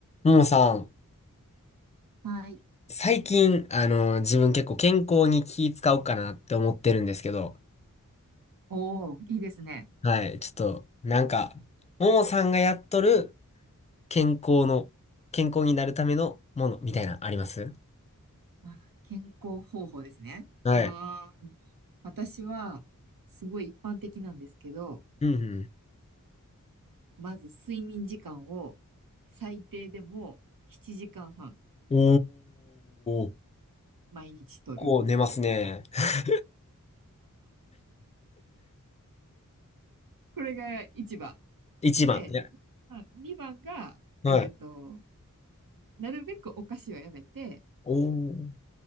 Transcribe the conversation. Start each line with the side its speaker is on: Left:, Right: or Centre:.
Left: ももさん、
Right: はい。
Left: 最近、あの、自分結構健康に気使おうかなって思ってるんですけど、
Right: おお、いいですね。
Left: はい、ちょっと、なんか、ももさんがやっとる健康の、健康になるためのものみたいな、あります
Right: あ、健康方法ですね。
Left: はい。
Right: うーん。私は、すごい一般的なんですけど、
Left: うん
Right: まず睡眠時間を最低でも7時間半
Left: うん。おー、
Right: 毎日とる。
Left: こう寝ますね。<laughs>
Right: これが一番。
Left: 一番。
Right: で、
Left: いや、
Right: まあ2番が、えっと、
Left: はい。
Right: なるべくお菓子をやめて、
Left: おー。